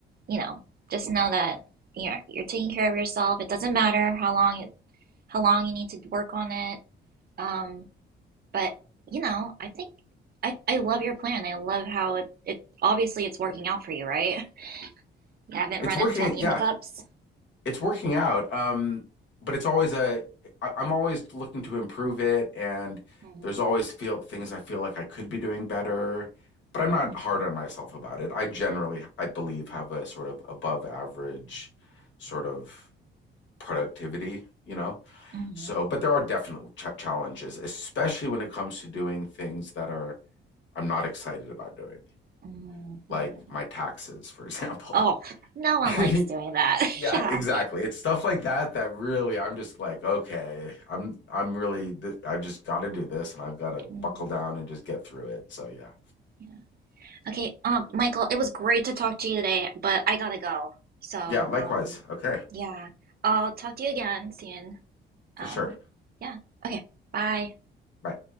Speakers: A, on the right (about 50°); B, on the left (about 70°).
A: you know, just know that you're you're taking care of yourself. It doesn't matter how long it, how long you need to work on it. Um, But, you know, I think I, I love your plan. I love how it, it obviously it's working out for you, right? You haven't
B: It's
A: run
B: working.
A: into any
B: Yeah,
A: hiccups.
B: it's working out. Um, but it's always a. I, I'm always looking to improve it, and
A: Mm,
B: there's always feel things I feel like I could be doing better. But I'm not
A: mm,
B: hard on myself about it. I generally, I believe, have a sort of above average sort of productivity. You know,
A: mm,
B: so but there are definite ch- challenges, especially when it comes to doing things that are I'm not excited about doing,
A: hmm yeah.
B: like my taxes, for example.
A: Oh, no one
B: <laughs>
A: likes doing that.
B: Yeah,
A: <laughs> Yeah.
B: exactly. It's stuff like that that really I'm just like, okay, I'm I'm really th I just got to do this and I've got to buckle
A: Mm,
B: down and just get through it. So yeah.
A: yeah. Okay, um, Michael, it was great to talk to you today, but I gotta go. So,
B: Yeah, likewise.
A: um,
B: Okay.
A: yeah, I'll talk to you again soon. Um,
B: For sure.
A: yeah. Okay, bye.
B: Bye.